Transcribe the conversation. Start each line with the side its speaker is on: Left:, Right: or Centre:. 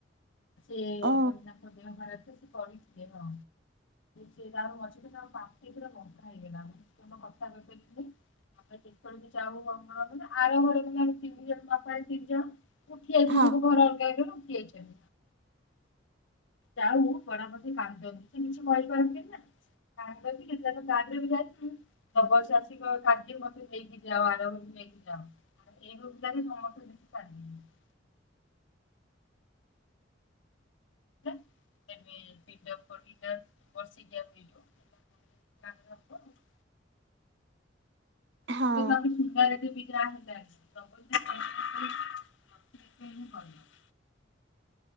Left: ସେ
Right: ଓ
Left: କଣ ତି, ତାଙ୍କ ଦେହ ଖରାପ ତ ସେ ପଡିଥିଲେ ହଁ। ସେ ଜାହା ହଉ ବଞ୍ଚି ଥିଲେ ତାଙ୍କ ତଣ୍ଟି ପୁରା ବଥା ହେଇଗଲା ସେ ଜମା କଥା କହିପାରିଲେନି। ଆମେ ଯେତେବେଳେ ବି ଯାଉ <unintelligible> ମାନେ ଆର ଘରେ ମ ଆମେ ତିନି ଜଣ ବାପା ତିନି ଜଣ ଉଠି ଆଇଛୁ
Right: ହଁ
Left: ସବୁ ଘର ଅଲଗା ହେଇଗଲା ଉଠି ଯାଇଛୁ। ଯାହଉ ପଡା ପ କାନ୍ଦନ୍ତୀ ସେ କିଛି କହିପାରନ୍ତିି ନା। <unintelligible> ନବ ସେ ଆସିକି କହିବ <unintelligible> ମତେ ନେଇକି ଯାଅ ଆରମ୍ରେ ନେଇକି ଯାଅ। ଏଇ ରୁଲ ଟା ବି ସମସ୍ତେ ବେଶି ପାରିବେନି। ଏବେ ଏଇ ପିଣ୍ଡ ପଡ଼ିଲା ବର୍ଷିକିଆ ପିଣ୍ଡ। <unintelligible>
Right: ହଁ
Left: <unintelligible> <unintelligible>